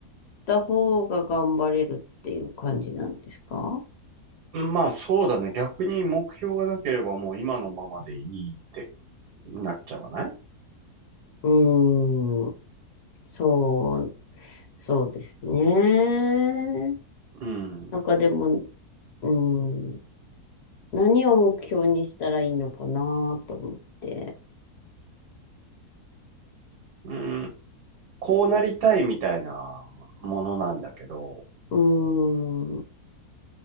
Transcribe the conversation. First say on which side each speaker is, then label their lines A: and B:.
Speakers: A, on the left; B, on the right.
A: た方が頑張れるっていう感じなんですか
B: うんまあそうだね。逆に目標がなければもう今のままでいいってなっちゃわない
A: うーん。そう、そうですね。
B: うん。
A: なんかでも、うん、何を目標にしたらいいのかなと思って。
B: うん。こうなりたいみたいなものなんだけど、
A: うーん、